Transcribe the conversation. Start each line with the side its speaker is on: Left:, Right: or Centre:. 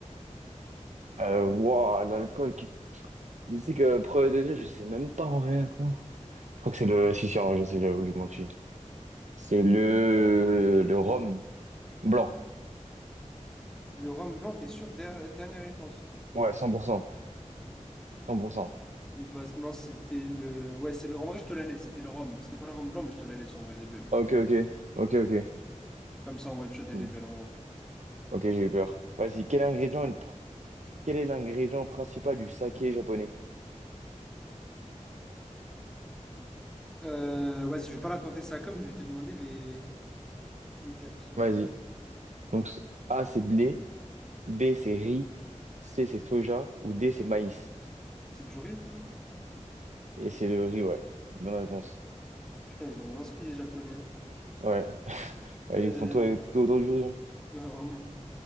Right: Euh, waouh, l'alcool qui... Mais c'est que premier degré, je sais même pas en vrai. attends. Je crois que c'est le... Si, si, en vrai, je sais, j'avoue, j'ai menti. C'est le... le rhum blanc.
Centre: Le rhum blanc, t'es sûr? Der- dernière réponse.
Right: Ouais, 100%. 100%.
Centre: Et bah non, c'était le. Ouais, c'est le. En vrai, je te la laisse. C'était le rhum. C'était pas le rhum blanc, mais je te la laisse en vrai, elle est belle.
Right: Ok, ok. Ok, ok.
Centre: Comme ça, en one shot, elle
Right: Hmm.
Centre: est belle en vrai.
Right: Ok, j'ai eu peur. Vas-y, quel ingrédient est le pr- quel est l'ingrédient principal du saké japonais?
Centre: Euh, vas-y, je vais pas la tenter ça comme, je vais te demander les, les quatre, s'il
Right: Vas-y.
Centre: te plaît.
Right: Donc, c- A, c'est blé. B, c'est riz. C, c'est soja. Ou D, c'est maïs.
Centre: C'est du riz?
Right: Et c'est le riz, ouais. Bonne réponse.
Centre: Putain, ils ont l'inspi les Japonais, hein.
Right: Ouais. Ouais,
Centre: Euh,
Right: Ils font tout, avec- tout autour du riz. hein.
Centre: <laughs> ouais, vraiment.